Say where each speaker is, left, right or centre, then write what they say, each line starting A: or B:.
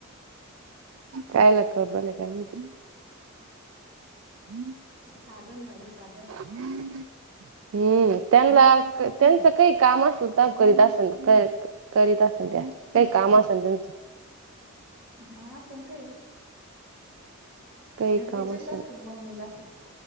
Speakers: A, on the right; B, on the right.
A: कायला करला काय माहिती. <inaudible>
B: साधन झालं साधन.
A: <inaudible> हम्म. त्यांनला त्यांच काई काम असेल त करीत असेल कर करीत अस. संध्या, काही काम असण त्यांचं.
B: हा, असणं काही.
A: काही
B: नाही त
A: काम
B: विचारीत
A: असेल
B: असतीन मम्मीला.